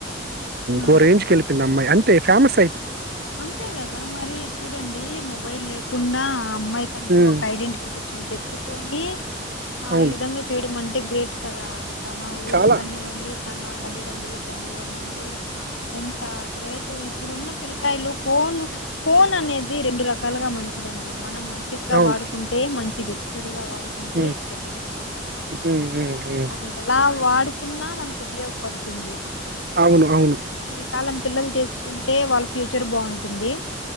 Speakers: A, on the left (about 80°); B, on the right (about 50°).
A: ఆ
B: ఒక రేంజ్ కి వెళ్ళింది అమ్మాయి అంతే ఫేమస్
A: అంతే కదా మరి చూడండి మొబైల్ లేక కుండా ఆ అమ్మాయి కంటూ
B: హ్మ్.
A: ఒక ఐడెంటిఫికేషన్ తెచ్చుకొని ఆ
B: అవును.
A: ఈ విధంగా చేయడం అంటే గ్రేట్ కదా తన ఊరికి
B: చాలా
A: కానివ్వండి తన తల్లిదండ్రుల ఇవ్వండి ఎంత గ్రేట్ ఇప్పుడు ఉన్న పిల్లలు సెల్ ఫోన్ అనేది రెండు రకాలుగా మంచిదండి మనం మంచిగా
B: అవును
A: వాడుకుంటే మంచిది చెడుగా వాడుకుంటే
B: ఉమ్
A: చెడ్డది
B: ఉమ్ ఉమ్ ఉమ్
A: అది ఎలా వాడుకున్నా మనకు ఉపయోగపడుతుంది
B: అవునవును
A: అది ఈ కాలం పిల్లలు తీసుకుంటే వాళ్ళ ఫ్యూచర్ బాగుంటుంది